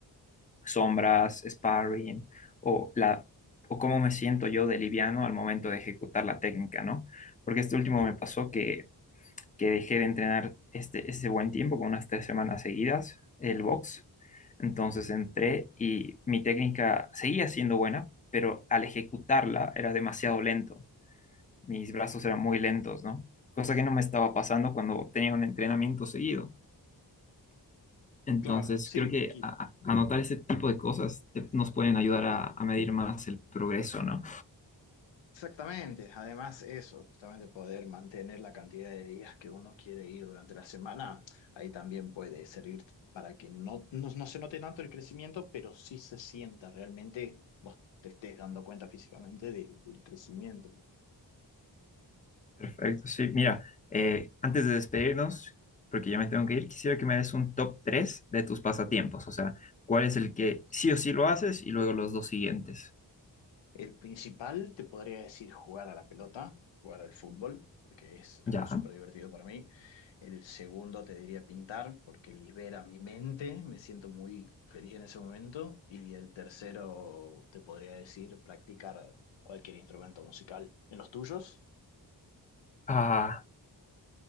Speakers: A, on the left (about 20°); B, on the left (about 85°).
A: sombras, sparring o la o cómo me siento yo de liviano al momento de ejecutar la técnica, ¿no? Porque este último me pasó que, que dejé de entrenar este, ese buen tiempo, con unas tres semanas seguidas, el box. Entonces entré y mi técnica seguía siendo buena, pero al ejecutarla era demasiado lento. Mis brazos eran muy lentos, ¿no? Cosa que no me estaba pasando cuando tenía un entrenamiento seguido. Entonces,
B: Claro, sí,
A: creo que
B: qui-
A: a- a- anotar ese tipo de cosas te- nos pueden ayudar a, a medir más el progreso, ¿no?
B: Exactamente, además eso, justamente poder mantener la cantidad de días que uno quiere ir durante la semana, ahí también puede servir para que no, no, no se note tanto el crecimiento, pero sí se sienta realmente, vos te estés dando cuenta físicamente de- del crecimiento.
A: Perfecto, sí. Mira, eh, antes de despedirnos, porque ya me tengo que ir, quisiera que me des un top 3 de tus pasatiempos, o sea, cuál es el que sí o sí lo haces y luego los dos siguientes.
B: El principal, te podría decir jugar a la pelota, jugar al fútbol, porque es algo
A: Ya.
B: súper divertido para mí. El segundo, te diría pintar, porque libera mi mente, me siento muy feliz en ese momento. Y el tercero, te podría decir practicar cualquier instrumento musical. ¿En los tuyos?
A: Ah,